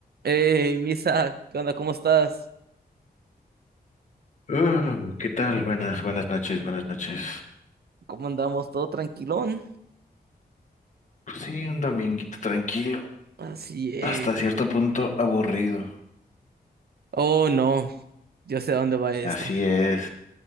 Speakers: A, on the right; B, on the left.
A: Hey, Misa, ¿qué onda? ¿Cómo estás?
B: Ah, ¿qué tal? Buenas, buenas noches, buenas noches.
A: ¿Cómo andamos? ¿Todo tranquilón?
B: Pues sí, un dominguito tranquilo,
A: Así es.
B: hasta cierto punto aburrido.
A: Oh, no, yo sé a dónde va esto.
B: Así es,